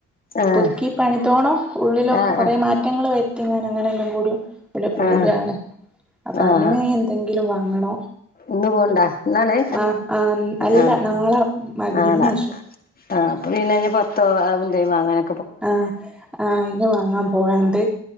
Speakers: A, on the left; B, in the centre.
A: ആഹ്
B: പുതുക്കി പണിതോണോ ഉള്ളിലൊക്കെ
A: ആഹ്
B: കുറെ
A: ആഹ്
B: മാറ്റങ്ങൾ വരുത്തിങ്ങനെ അങ്ങനെല്ലാം കൂടി വില കൂടാണ്
A: ആഹ്
B: അപ്പൊ
A: ആഹ്
B: അയിന് എന്തെങ്കിലും വാങ്ങണോ
A: ഇന്ന് പോണുണ്ടാ ഇന്നാണ്
B: ആഹ് ആഹ് അല്ല
A: ആഹ്
B: നാളെ മഗ്‌രിബിന്
A: നാളാ
B: ശേഷം
A: ആ അപ്പൊ പിന്നെ പത്തോ ന്തോ അങ്ങനെ.
B: ആഹ ആഹ അയിന് വാങ്ങാൻ പോവാണ്ട്